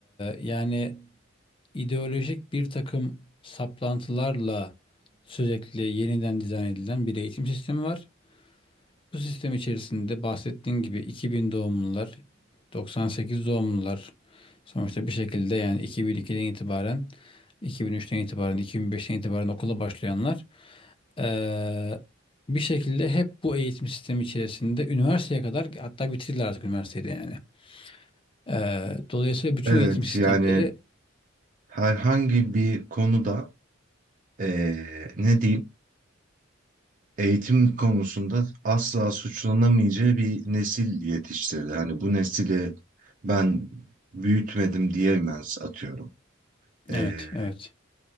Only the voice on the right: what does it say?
Evet,
yani herhangi bir konuda eee, ne diyeyim, eğitim konusunda asla suçlanamayacağı bir nesil yetiştirdi. Hani bu nesili ben büyütmedim diyemez atıyorum. Eee,